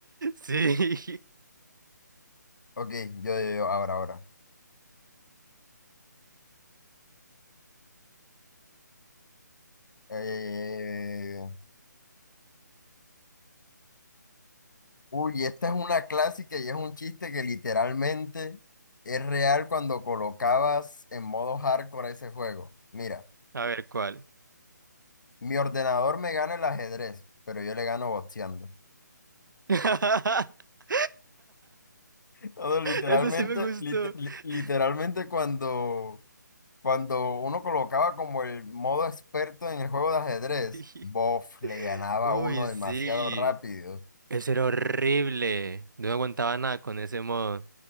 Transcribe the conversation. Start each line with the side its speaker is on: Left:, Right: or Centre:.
Right: Sí.
Left: Ok, yo, yo, yo, ahora, ahora. Eh, Uy, esta es una clásica y es un chiste que literalmente es real cuando colocabas en modo hardcore ese juego. Mira,
Right: A ver, ¿cuál?
Left: mi ordenador me gana el ajedrez, pero yo le gano boxeando.
Right: <laughs>
Left: Todo literalmente,
Right: Eso sí me gustó.
Left: lit- li-
Right: <laughs>
Left: literalmente cuando, cuando uno colocaba como el modo experto en el juego de ajedrez,
Right: Sí.
Left: bof, le ganaba
Right: Uy,
Left: a uno demasiado
Right: sí.
Left: rápido.
Right: Ese era horrible. No aguantaba nada con ese modo.